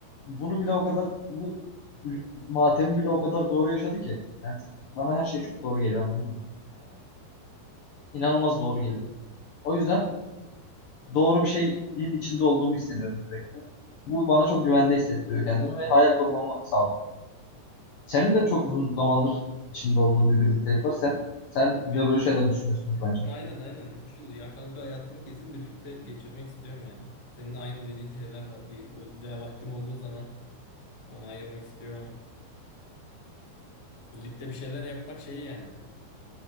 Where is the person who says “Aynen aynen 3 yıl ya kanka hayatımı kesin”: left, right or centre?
Left